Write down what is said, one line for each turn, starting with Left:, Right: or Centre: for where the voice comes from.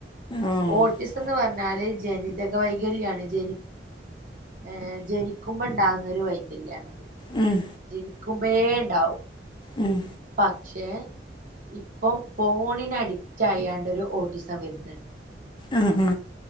Left: ആഹ്
Right: ഓട്ടിസ് എന്ന് പറഞ്ഞാല് ജനിതക വൈകല്യമാണ് ജനി ഏ ജനിക്കും മുമ്പ ഉണ്ടാകുന്ന ഒരു വൈകല്യമാണത്
Left: ഉം
Right: ജനിക്കുമ്പേണ്ടാവും.
Left: ഉും
Right: പക്ഷേ ഇപ്പം ഫോണിന് അഡിറ്റാ ആയണ്ടരു ഓടിസമയത്
Left: ആഹാ ഹ്